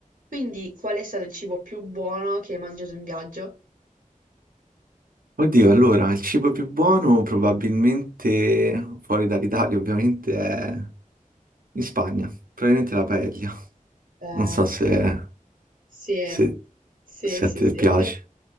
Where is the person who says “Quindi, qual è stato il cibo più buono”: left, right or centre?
Right